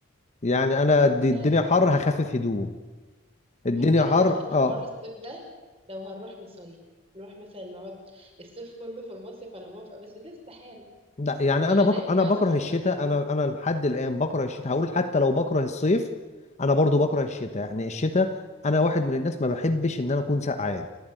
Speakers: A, on the left; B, on the right.
A: يعني انا دي
B: لا
A: الدنيا
B: يعني
A: حر هخفف هدوم الدنيا
B: ممكن
A: حر
B: أوافقك في
A: اه
B: حوار الصيف ده لو هنروح نصيف نروح مثلا نقعد الصيف كله في المصيف أنا موافقة بس ده استحالة
A: لا يعني
B: بغلاء
A: انا بك...
B: المعيشة
A: انا بكره
B: واللي
A: الشتاء
B: احنا فيه
A: انا
B: ده
A: انا لحد الان بكره الشتاء هقول حتى لو بكره الصيف انا برضو بكره الشتاء يعني الشتاء انا واحد من الناس ما بحبش ان انا اكون سقعان